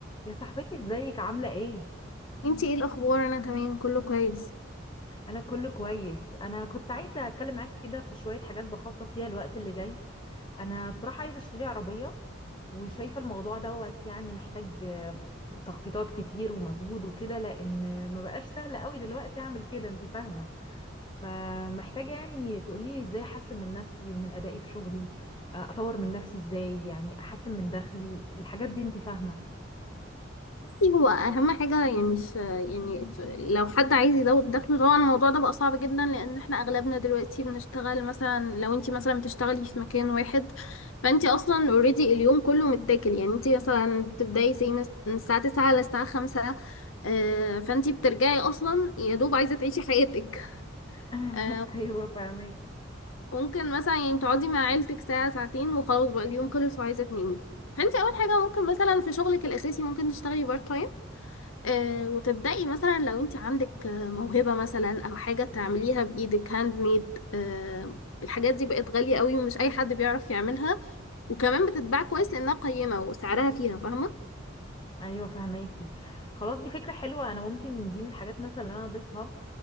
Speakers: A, on the left; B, on the left.
A: يا صاحبتي ازيك عاملة ايه؟
B: انتي ايه الاخبار انا تمام كله كويس
A: انا كله كويس انا كنت عايزة اتكلم معاكي كده في شوية حاجات بخطط ليها الوقت اللي جاي انا بصراحة عايزة اشتري عربية وشايفة الموضوع دوت يعني محتاج آه، تخطيطات كتير ومجهود وكده لان ما بقاش سهل قوي دلوقتي اعمل كده انت فاهمة فمحتاجة يعني تقوليلي ازاي احسن من نفسي ومن ادائي في شغلي آه، اطور من نفسي ازاي يعني احسن من دخلي الحاجات دي انت فاهمة
B: بصي هو اهم حاجه يعني مش يعني ف- لو حد عايز يزود دخله طبعا الموضوع ده بقى صعب جدا لان احنا اغلبنا دلوقتي بنشتغل مثلا لو انتي مثلا بتشتغلي في مكان واحد فانتي اصلا اوريدي اليوم كله متاكل يعني انتي مثلا بتبداي زي مس- من الساعه 9 للساعه 5 آه، فانتي بترجعي اصلا يا دوب عايزه تعيشي حياتك
A: <laughs>
B: آه،
A: ايوه فاهمك
B: ممكن مثلا يعني تقعدي مع عيلتك ساعة ساعتين وخلاص بقى اليوم خلص وعايزة تنامي فانت اول حاجة ممكن مثلا في شغلك الاساسي ممكن تشتغلي بارت تايم آه وتبدأي مثلا لو انت عندك آه، موهبة مثلا او حاجة تعمليها بايدك هاند ميد آه الحاجات دي بقت غالية قوي ومش اي حد بيعرف يعملها وكمان بتتباع كويس لانها قيمة وسعرها فيها فاهمة
A: ايوه فهماكي خلاص دي فكره حلوه انا ممكن دي من الحاجات مثلا اللي انا اضيفها